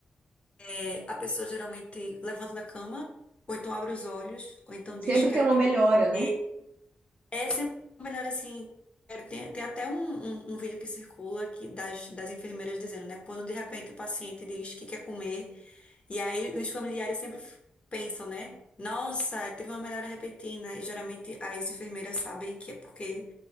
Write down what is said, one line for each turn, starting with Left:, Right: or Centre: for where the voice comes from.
Left: é, a pessoa geralmente levanta da cama, ou então abre os olhos, ou então
Right: Sempre
Left: diz, quero
Right: tem uma melhora,
Left: comer,
Right: né?
Left: é sempre melhor assim. é, Tem, tem até um, um, um vídeo que circula que, das, das enfermeiras dizendo, né? Quando de repente o paciente diz que quer comer, e aí os familiares sempre f- pensam, né? Nossa, teve uma melhora repentina. E geralmente as enfermeiras sabem que é porque